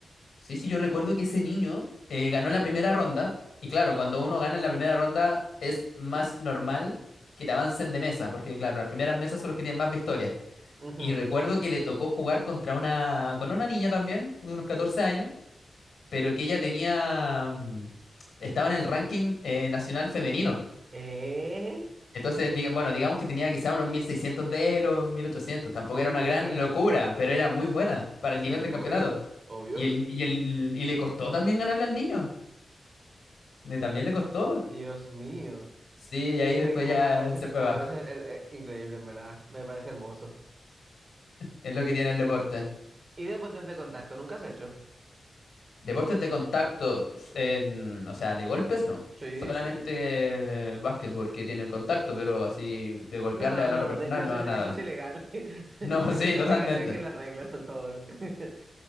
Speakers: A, on the left (about 80°); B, on the right (about 30°).
A: Sí, sí, yo recuerdo que ese niño eh, ganó la primera ronda. Y claro, cuando uno gana en la primera ronda es más normal que te avancen de mesa, porque claro, las primeras mesas son los que tienen más victorias.
B: Ujú.
A: Y recuerdo que le tocó jugar contra una, con una niña también, de unos 14 años, pero que ella tenía, mm, estaba en el ranking eh, nacional femenino.
B: Eh,
A: Entonces, diga- bueno, digamos que tenía quizá unos 1600 de los mil ochocientos Tampoco
B: muy
A: era una
B: buena
A: gran locura,
B: era.
A: pero era muy buena para el nivel
B: Sí,
A: del campeonato.
B: obvio, obvio.
A: Y, el, y, el, y le costó también ganarle al niño. Le, también le costó.
B: Dios mío.
A: Sí, y ahí
B: Me,
A: después
B: me,
A: ya
B: me parece,
A: se fue
B: me
A: abajo.
B: parece eh, eh, increíble, en verdad. Me parece hermoso.
A: Es lo que tiene el deporte.
B: ¿Y deportes de este contacto nunca has hecho?
A: Deportes de contacto, eh, o sea, de golpes no.
B: Sí,
A: Solamente
B: sí.
A: eh, básquetbol que tienen contacto, pero así de golpearle
B: No,
A: a la
B: no,
A: otra persona,
B: de hecho
A: no,
B: eso, es-
A: nada.
B: eso es ilegal. <laughs>
A: No, <laughs> sí,
B: Ubícate
A: totalmente.
B: bien en las reglas, por favor. <laughs>